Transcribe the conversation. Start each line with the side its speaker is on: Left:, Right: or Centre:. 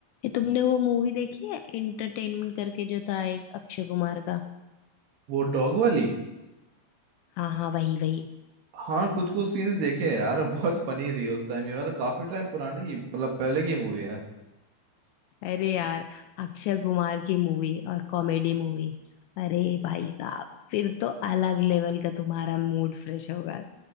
Left: ये तुमने वो मूवी देखी है इंटरटेनमेंट करके जो था एक अक्षय कुमार का
Right: वो डॉग वाली
Left: हाँ हाँ वही वही
Right: हाँ कुछ कुछ सीन्स देखे हैं यार बहुत फनी थी उस टाइम ये मतलब काफी टाइम पुराने की मतलब पहले की मूवी है यार
Left: अरे यार अक्षय कुमार की मूवी और कॉमेडी मूवी अरे भाई साहब फिर तो अलग लेवल का तुम्हारा मूड फ्रेश होगा